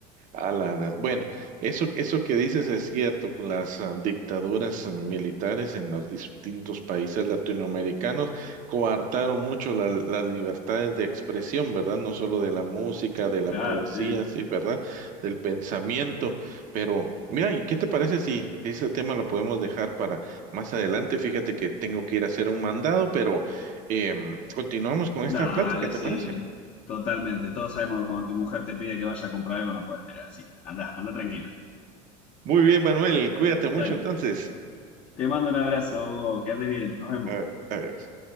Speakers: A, on the right; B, on the left.
A: Alana. Bueno, eso, eso que dices es cierto, con las ah, dictaduras militares en los distintos países latinoamericanos coartaron mucho la- las libertades de expresión, ¿verdad? No solo de la música, de
B: Claro,
A: la poesía,
B: sí.
A: sí, ¿verdad? Del pensamiento. Pero, mira, ¿y qué te parece si ese tema lo podemos dejar para más adelante? Fíjate que tengo que ir a hacer un mandado, pero em, continuamos con
B: Dale,
A: esta plática, ¿te
B: sí.
A: parece?
B: Totalmente. Todos sabemos que cuando tu mujer te pide que vaya a comprar algo no puede esperar, así que anda, anda tranquilo.
A: Muy bien, Manuel, cuídate mucho
B: Dale.
A: entonces.
B: Te mando un abrazo, Hugo, que andes bien. Nos vemos.
A: Eh, adiós.